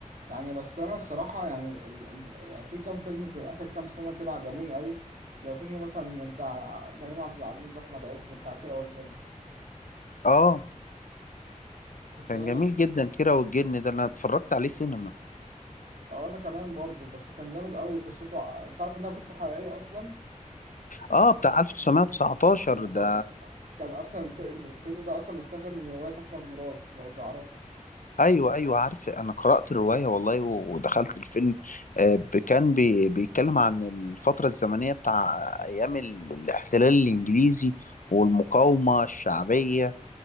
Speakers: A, on the right (about 70°); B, on the left (about 75°).
A: يعني بس أنا الصراحة يعني, ال... ال... يعني في كام فيلم في آخر كام سنة كده عجبوني قوي زي فيلم مثلا بتاع كريم عبد العزيز وأحمد عز بتاع كيرة والجن
B: اه
A: أنت
B: كان
A: إيه رأيك
B: جميل
A: فيه؟
B: جدا كيرة والجن ده انا اتفرجت عليه سينما
A: أو أنا كمان برضه بس كان جامد قوي وقصته ع- أنت عارف إنها قصة حقيقية أصلا
B: اه بتاع 1919
A: هو-
B: ده
A: هو- كان أصلا الف- الفيلم ده أصلا متاخد من رواية أحمد مراد لو تعرفه
B: ايوه ايوه عارف انا قرأت الرواية والله و- ودخلت الفيلم آه، ب- كان بي- بيتكلم عن الفترة الزمنية بتاع ايام ال- الاحتلال الانجليزي والمقاومة الشعبية